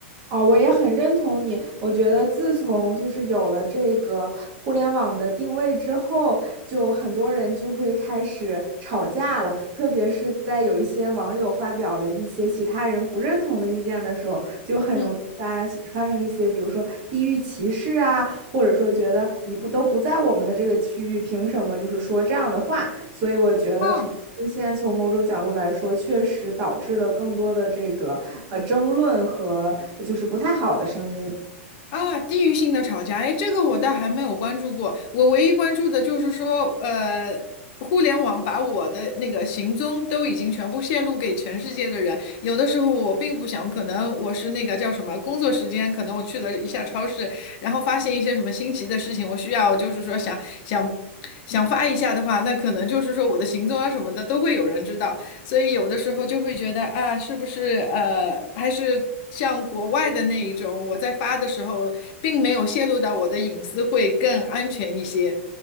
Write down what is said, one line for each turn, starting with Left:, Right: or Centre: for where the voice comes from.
Right: 哦，我也很认同你。我觉得自从就是有了这个互联网的定位之后，就很多人就会开始吵架了。特别是在有一些网友发表了一些其他人不认同的意见的时候，就很容易发发生一些，
Left: 嗯。
Right: 比如说地域歧视啊，或者说觉得你不都不在我们的这个区域，凭什么就是说这样的话？所以我觉得它出现，
Left: 啊
Right: 从某种角度来说，确实导致了更多的这个呃争论和就是不太好的声音。
Left: 啊，地域性的吵架，哎，这个我倒还没有关注过。我唯一关注的就是说，呃，互联网把我的那个行踪都已经全部泄露给全世界的人。有的时候我并不想，可能我是那个叫什么工作时间，可能我去了一下超市，然后发现一些什么新奇的事情，我需要就是说想想想发一下的话，那可能就是说我的行踪啊什么的都会有人知道。所以有的时候就会觉得啊，是不是呃，还是像国外的那一种，我在发的时候并没有泄露到我的隐私，会更安全一些。